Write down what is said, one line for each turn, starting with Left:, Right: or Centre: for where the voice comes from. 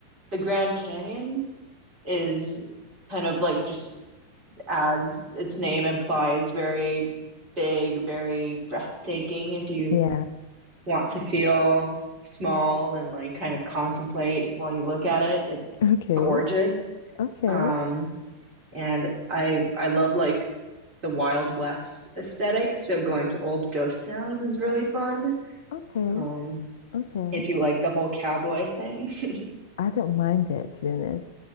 Right: the Grand Canyon is kind of like just as its name implies, very big, very breathtaking if you
Left: Yeah.
Right: want to feel small and like kind of contemplate while you look at it. It's
Left: Okay,
Right: gorgeous.
Left: okay,
Right: Um, and I I love like the Wild West aesthetic. So going to old ghost towns is really fun.
Left: okay,
Right: Um,
Left: okay.
Right: if you like the whole cowboy thing. <laughs>
Left: I don't mind it, to be honest.